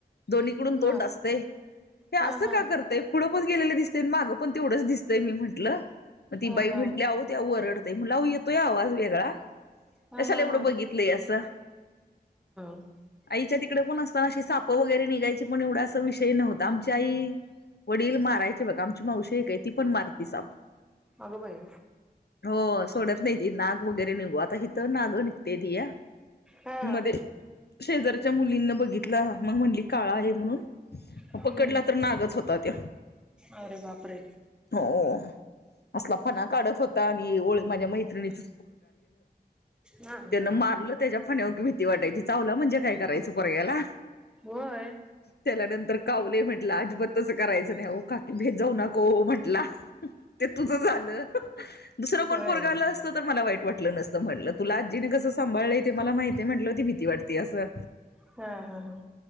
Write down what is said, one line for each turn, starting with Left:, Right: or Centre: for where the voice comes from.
Left: दोन्हीकडून
Centre: हा
Left: तोंड असतय हे असं
Centre: हा हा
Left: का करतय पुढं पण गेलेले दिसत मागं पण तेवढंच दिसत. मी म्हंटलं, मग ती
Centre: हा
Left: बाई म्हटली
Centre: हा
Left: आव ते वरडतय, आओ म्हणल येतोया आवाज वेगळा
Centre: हा
Left: कशाला
Centre: हा
Left: एवढं
Centre: हा
Left: बघितलंय असं.
Centre: <inaudible>
Left: आईच्या तिकडे पण असताना अशी साप वगैरे निघायची, पण एवढा अस विषय नव्हता, आमची आई वडील मारायचे बघा. आमची मावशी एके ती पण मारती साप.
Centre: अगं बाई
Left: हो सोडत नाही त नाग वगैरे निघू आ आता इिथं नागं निघते िया
Centre: हा
Left: मध्ये शेजारच्या मुलींना बघितला मग म्हणली काळा आहे म्हणून
Centre: ह
Left: पकडला तर नागच होता त.
Centre: अरे बापरे
Left: हो असला पणा काढत होता. ओ मा्या मैणीर
Centre: हा
Left: ल मार त्या फा ी भीती वाटायची चावला म्हणजे काय करायचं परय्याला
Centre: होय
Left: त्याला नंतर कावले म्हंटलं अजबत तस करायचं नाही काकी भेद जाऊ नको म्हटला. ते तुझं झालं दुसरं कोण
Centre: होय
Left: पोरगालं असत तर मला वाईट वाटत. टलं नसतं म्हटलं तुला आजीने कस सांभाळलंय ते मला माहिती म्हटलं ती भीती वाटतेती असं.
Centre: हा हा हा